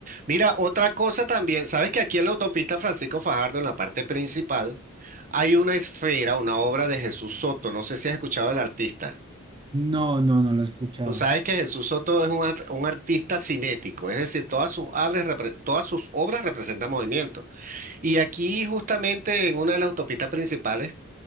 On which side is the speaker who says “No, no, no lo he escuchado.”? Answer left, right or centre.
Right